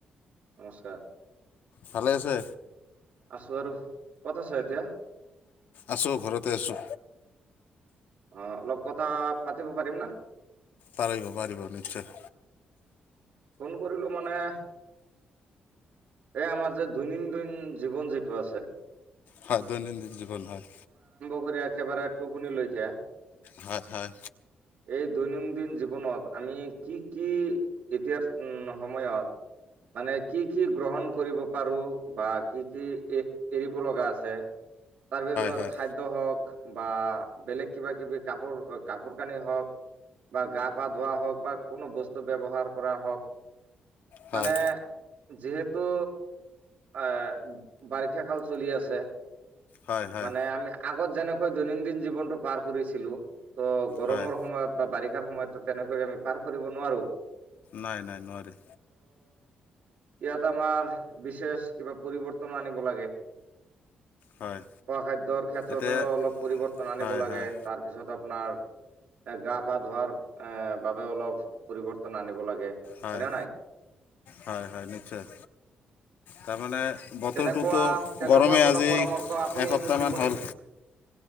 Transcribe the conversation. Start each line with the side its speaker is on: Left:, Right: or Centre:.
Right: নমস্কাৰ।
Left: ভালে আছে।
Right: আছো আৰু কত আছে এতিয়া।
Left: আছো ঘৰতে আছো।
Right: অ', অলপ কথা পাতিব পাৰিম না।
Left: পাৰিব পাৰিব নিশ্চয়।
Right: ফোন কৰিলোঁ মানে এ, আমাৰ যে দৈনিন্দিন জীৱন যিটো আছে
Left: হয় দৈনন্দিন জীৱন হয়।
Right: পুখুৰী আ, একেবাৰে টোপুনি লৈজা।
Left: হয় হয়।
Right: এই দৈনন্দিন জীৱনত আমি কি কি এতিয়াৰ সময়ত মানে কি কি গ্ৰহণ কৰিব পাৰোঁ বা কি কি এ, এৰিব লগা আছে? তাৰ ভিতৰত
Left: হয়
Right: খাদ্য হওক বা বেলেগ কিবা কিবি কাপো-কাপোৰ কানি হওক। বা গা পা ধোৱা হওক বা কোনো বস্তু ব্যৱহাৰ কৰা হওক,
Left: হয়
Right: মানে যিহেতু এ, বাৰিষা কাল চলি আছে।
Left: হয় হয় হয়
Right: মানে আমি আগত যেনেকৈ দৈনন্দিন জীৱনটো পাৰ কৰিছিলোঁ। ত' গৰমৰ
Left: হয়
Right: সময়ত বা বাৰিষাৰ সময়ততো তেনেকৈ আমি পাৰ কৰিব নোৱাৰোঁ।
Left: নাই নাই নোৱাৰোঁ।
Right: ইয়াত আমাৰ বিশেষ কিবা পৰিৱৰ্তন আনিব লাগে।
Left: হয়
Right: খোৱা খাদ্যৰ ক্ষেত্ৰতো
Left: এতিয়া
Right: অলপ পৰিৱৰ্তন আনিব
Left: হয়
Right: লাগে,
Left: হয়
Right: তাৰপিছত আপোনাৰ এ, গা পা ধোৱাৰ এ, বাবে অলপ পৰিৱৰ্তন আনিব লাগে।
Left: হয়,
Right: হয়নে নাই
Left: হয় হয় নিশ্চয়। তাৰমানে বতৰটোতো
Right: তেনেকুৱা তেনেকুৱা
Left: গৰমে
Right: কোনো
Left: আজি
Right: পৰামৰ্শ আপুনি
Left: এসপ্তাহমান
Right: মোক দিব
Left: হ'ল
Right: নেকি?